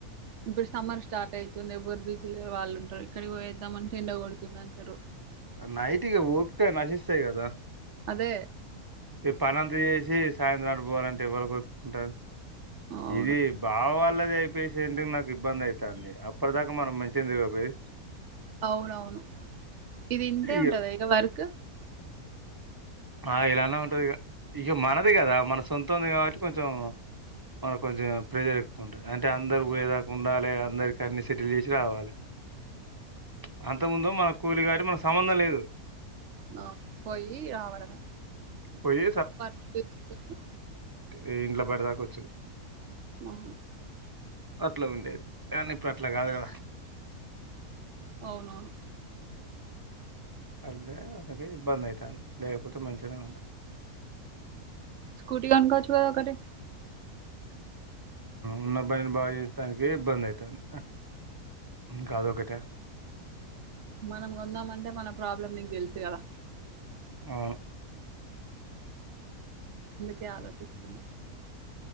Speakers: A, on the right; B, on the right.
A: ఇప్పుడు సమ్మర్ స్టార్ట్ అయితుంది. ఎవరు బిజీ వాళ్ళుంటారు ఇక్కడికి పోయే దమన్టే ఎండగొడుతుందంటారు.
B: నైటిగా ఒపిక నశిస్తాయి కదా
A: అదే
B: ఈ పనంతా చేసి సాయంత్రం అటు పోవాలంటే ఎవలకు ఒపీకుంటది
A: అవును
B: ఇది బావా వాల కులదయ్ పేషెంట్ ఐయి నాకు ఇబ్బంది ఐతంది అప్పటి దాకా మనం మంచిగన్ దిగపోయి
A: అవునవును ఇది ఇంతే
B: ఇక
A: ఉంటద ఇగ వర్క్
B: ఆ ఇలానే ఉంటది ఇగ ఇగ మనది కదా మన సొంతంది కాబట్టి కొంచెం మనకు కొంచెం ప్రెజర్ ఎక్కువ ఉంటది అంటే అందరు పోయేదాక ఉండాలి అందరికి అన్ని సెటిల్ చేసి రావాలి ప్చ్ అంత ముందు మన కూలి కాట్ మన సంబంధం లేదు
A: నా పోయి రావడమే
B: పోయి
A: పర్ <unintelligible>
B: ఏ ఇంట్లో పడదాక ఒచ్చద్
A: ఆ
B: అట్లా ఉండేది కానీ ఇప్పుడు అట్లా కాదు కదా
A: అవునవును
B: అళే అనకి ఇబ్బంది ఐతంది లేకపోతే మంచిగనే ఉండు
A: స్కూటీ కొనుకాచ్చు కదా ఒకటి
B: ఉన్న బనిని బాగా చేయించటడానికి ఇబ్బంది ఐతంది ఇంకాదొకట
A: మనం కొందామంటే మన ప్రాబ్లం నీకు తెలుసు కదా
B: ఆవును
A: ఇందుకే ఆలోచిస్తున్న